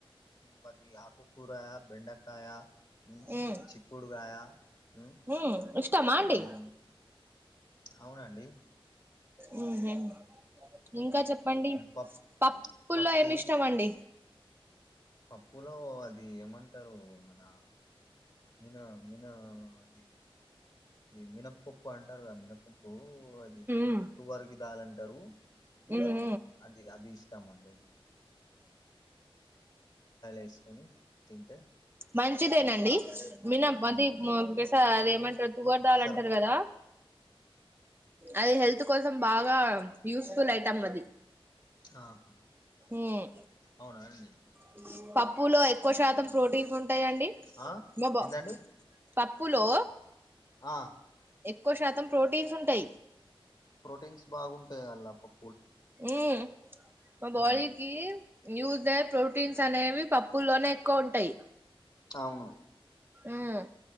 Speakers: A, on the left; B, on the right.
A: మది ఆకు కూరా బెండ కాయా మ్మ్,
B: ఉమ్
A: చిక్కుడుగాయా మ్మ్,
B: ఉమ్ ఇష్టమా అండి
A: హ్మ్. అవునండి
B: మ్మ్ హ్మ్ ఇంకా చెప్పండి
A: పప్
B: పప్పుల్లో
A: పప్పు
B: ఏమి ఇష్టం అండి
A: పప్పులో అది ఏమంటారు మన మిన మిన అది అది మినపప్పు అంటారు గ మినప్పప్ప ఓ అది
B: ఉమ్
A: తువ్వర్గి దాల్ అంటరు
B: ఉహు
A: అది అది ఇష్టమండి వేసుకొని తింటే
B: మంచిదేనండి
A: మంచిగా
B: మినప్
A: ఉం
B: అది మ బెస్. త అదేమంటర్ టువర్ దాల్
A: పెసరపప్పు
B: అంటారు కదా అది హెల్త్ కోసం బాగా యూస్ఫుల్ ఐతాం అది
A: ఆహా
B: మ్మ్
A: అవునా అండి
B: <unintelligible> పప్పులో ఎక్కువ శాతం ప్రోటీన్ ఉం ఉంటాయండి
A: ఆ
B: బో బో
A: ఏందండి
B: పప్పులో
A: ఆ
B: ఎక్కువ శాతం ప్రోటీన్స్ ఉంటయి.
A: ప్రోటీన్స్ బాగుంటాయి అంల్లా ప
B: ఉ మా బాలికి
A: ఉమ్
B: న్యూ దే ప్రోటీన్స్ అనేవి పప్పుల్లోనే ఎక్కువ ఉంటాయి
A: అవును
B: ఉమ్